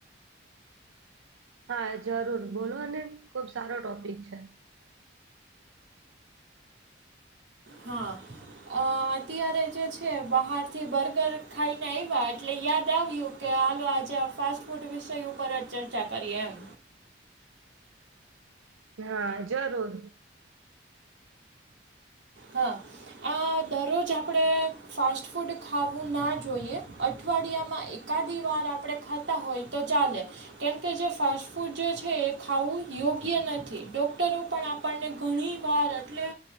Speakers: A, on the right; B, on the right.
A: હા, જરૂર બોલોને ખુબ સારો ટોપિક છે.
B: હા.. અં અત્યારે જે છે બહાર થી બર્ગર ખાઈને આવ્યા એટલે યાદ આવ્યું. કે હાલો આજે આ ફાસ્ટ ફૂડ વિષય ઉપર જ ચર્ચા કરીએ એમ.
A: હા જરૂર.
B: હા આ દરરોજ આપડે. ફાસ્ટ ફૂડ ખાવું ના જોઈએ. અઠવાડિયામાં એકાદી વાર આપણે ખાતા હોય તો ચાલે કેમકે જે ફાસ્ટ ફૂડ જે છે. એ ખાવું યોગ્ય નથી ડોક્ટરો પણ આ આપણને ઘણી વાર એટલે